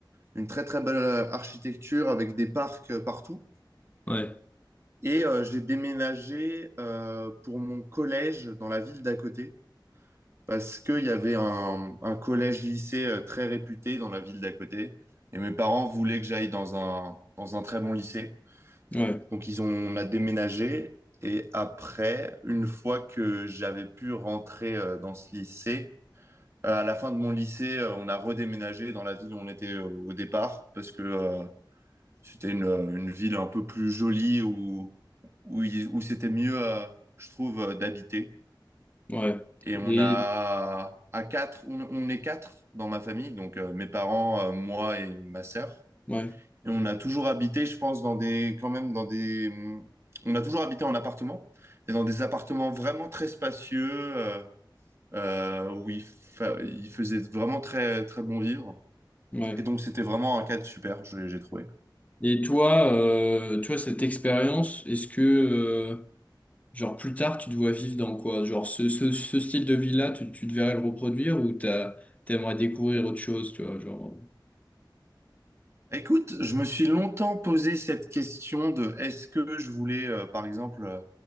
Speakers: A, on the right; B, on the left.
A: une très très belle euh, architecture avec des parcs euh, partout.
B: ouais.
A: Et euh, j'ai déménagé euh, pour mon collège dans la ville d'à côté. parce qu'il y avait un, un collège-lycée euh, très réputé dans la ville d'à côté. Et mes parents voulaient que j'aille dans un, dans un très bon lycée.
B: Ouais,
A: Donc, ils ont, on a déménagé. Et après, une fois que j'avais pu rentrer euh, dans ce lycée, euh, à la fin de mon lycée, euh, on a redéménagé dans la ville où on était euh, au départ parce que euh, c'était une, euh, une ville un peu plus jolie où, où, il- où c'était mieux, euh, je trouve, euh, d'habiter.
B: ouais.
A: Et on
B: Et,
A: a à quatre, on, on est quatre dans ma famille, donc euh, mes parents, euh, moi et ma sœur.
B: ouais,
A: Et on a toujours habité, je pense, dans des, quand même dans des, hum, on a toujours habité en appartement et dans des appartements vraiment très spacieux euh, euh, où il, fa- il faisait vraiment très très bon vivre.
B: ouais.
A: Et donc c'était vraiment un cadre super, je- j'ai trouvé.
B: Et toi, euh, toi, cette expérience, est-ce que, Genre plus tard, tu te vois vivre dans quoi? Genre ce, ce, ce style de vie-là, tu, tu te verrais le reproduire ou t'as, t'aimerais découvrir autre chose, tu vois, genre.
A: Écoute, je me suis longtemps posé cette question de est-ce que je voulais, euh, par exemple, euh,